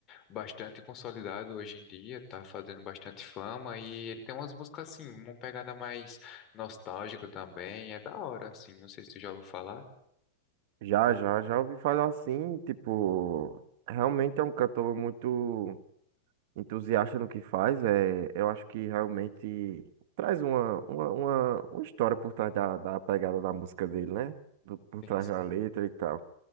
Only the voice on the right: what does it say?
Já, já, já ouvi falar assim, tipo, realmente é um cantor muito entusiasta no que faz. É, eu acho que realmente traz uma, uma, uma, uma história por trás da, da pegada da música dele, né? Do- por
trás
da letra e tal.